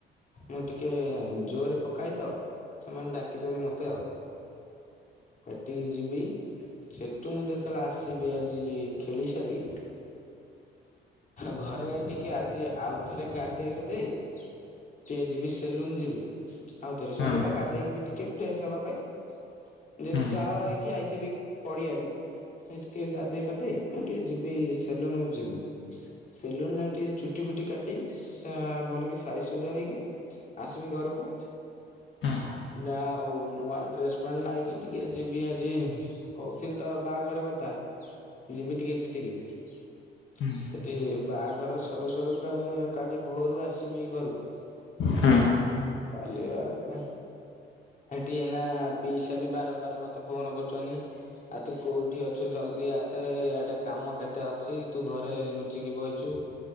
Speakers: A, on the left; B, on the left.
A: ମୁଁ ଟିକେ ଜୋରରେ ପକଏ ତ ସେମାନେ ଡା। ଦେଖିଛନ୍ତି ମତେ ଆଉ ଏଠିକି ଯିବି। ସେଠୁ ମୁଁ ଯେତେବେଳେ ଆସିବି ଆଜି ଖେଳି ସାରି। ଘରେ ଟିକିଏ ଆଜି ଆଉଥରେ ଗାଧେଇ ଗୁଧେଇ ଟିକେ ଯିବି ସେଲୁନ ଯିବି ଆଉ ଥରେ ସନ୍ଧ୍ୟା
B: ହୁଁ
A: ବଳେ ଗାଧେଇକି ଟିକେ ଫ୍ରେଶ ହବା ପାଇଁ। ଯେହେତୁ
B: ହୁଁ
A: ଝାଳ ହେଇକି ଆଇଥିବି ପଡିଆରୁେ ଗାଧେଇ ପାଧେଇ। ମୁଁ ଟିକେ ଯିବି ସେଲୁନକୁ ଯିବି। ସେଲୁନ ଟିକେ ଚୁଟି ଫୁଟି କାଟି ଭଲ କି ସାଇ ସଜା ହେଇକି- ଆସିବି ଘରକୁ
B: ହୁଁ
A: ନା ଆଉ। ନୂଆ ଡ୍ରେସ ପ୍ୟାଣ୍ଟ ନାଇକି ଟିକେ ଯିବି ଆଜି କହୁଥିଲି ତ ବାହାଘର କଥା। ଯିବି ଟିକେ ସେଟିକି
B: ହୁଁ
A: ସେଟି ବାହାଘର ସରୁ ସରୁ କାଇଁ କାଲି ଭୋରୁ ଆସିବି ଘରୁକୁ।
B: ହୁଁ।
A: କାଲିଆଡୁ ଏଠି ଏଇନା ପିଇସା ବି ବାରମ୍ବାର ମତେ ଫୋନ କରୁଚନ୍ତି। ଆଉ ତୁ କୋଉଠି ଅଛୁ ଜଲଦି ଆସ। ସେ ଇଆଡେ କାମ କେତେ ଅଛି ତୁ ଘରେ ନୁଚିକି ବଇଚୁ।